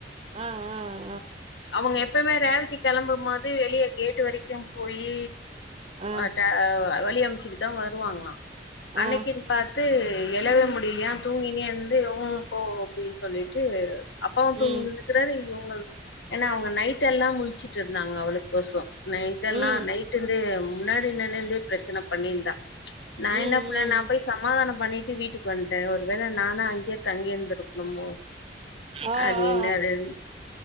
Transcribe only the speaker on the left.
அவுங்க எப்பவுமே ரேவதி கெளம்பு போது வெளிய கேட்டு வரைக்கி போயி
அ ட ஆ வழி அமைச்சுட்டுதா வருவாங்குலா அன்னைக்கின்
பாத் து எழவே முடியிலையா தூங்கினா இருந்து ம் போ அப்டின்னு சொல்லிட்டு அப்பாவு
தூங்கின் இருக்குறாரு இவுங்க ஏன்னா அவுங்க நைட்டெல்லா முழச்சுட்டு இருந்தாங்க அவுளுக்கு கொச நைட்டெல்லா
நைட் இருந்து முன்னாடி என்னன்ன இருந்தே ப்ரச்சன பண்ணிருந்தா நா
என்ன பண்ணே
நா போய் சமாதானோ பண்ணிட்டு வீட்டுக்கு வந்டே ஒரு வேள நானு அங்கியே தங்கி இருந்துருக்கணுமோ
அதே
நடன்